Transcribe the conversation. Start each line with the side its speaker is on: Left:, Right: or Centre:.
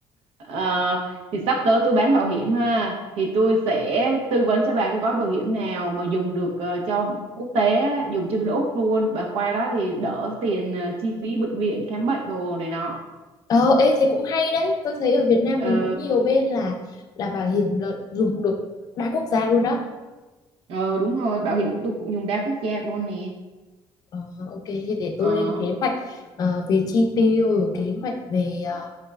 Right: Ờ, thì sắp tới tôi bán bảo hiểm ha thì tôi sẽ tư vấn cho bà cái gói bảo hiểm nào mà dùng được ờ, cho quốc tế á, dùng cho bên Úc luôn bà qua đó thì đỡ tiền ờ, chi phí bệnh viện khám bệnh đồ này nọ
Left: ờ ê thế cũng hay đấy tôi thấy ở Việt Nam
Right: ờ
Left: mình cũng nhiều bên là là bảo hiểm là dùng được đa quốc gia luôn đó
Right: ờ đúng rồi bảo hiểm của tôi cũng dùng đa quốc gia luôn nè
Left: ờ, ok thì để tôi
Right: ờ
Left: lên kế hoạch ờ, về chi tiêu rồi kế hoạch về ờ,